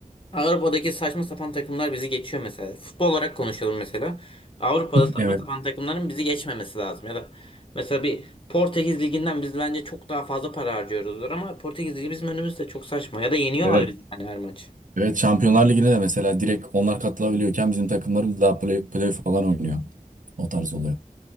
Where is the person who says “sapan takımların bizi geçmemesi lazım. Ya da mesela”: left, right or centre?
Left